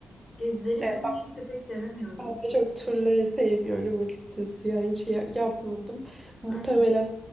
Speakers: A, on the left; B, on the right.
A: gezileri
B: Evet,
A: ben niyeyse pek sevemiyorum.
B: ben de çok turları sevmiyorum açıkçası. Yani hiç ya- yapmadım. Muhtemelen
A: Aynen.